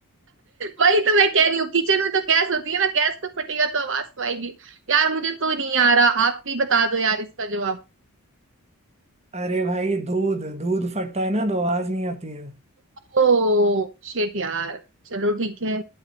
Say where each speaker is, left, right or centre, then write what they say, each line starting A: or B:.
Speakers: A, on the right; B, on the right.
A: वही तो मैं कह रही हूँ किचन में तो गैस होती है ना गैस तो फटेगा तो आवाज तो आएगी यार मुझे तो नहीं आ रहा आप भी बता दो यार इसका जवाब
B: अरे भाई दूध दूध फटता है ना तो आवाज नहीं आती है
A: ओ शेट यार चलो ठीक है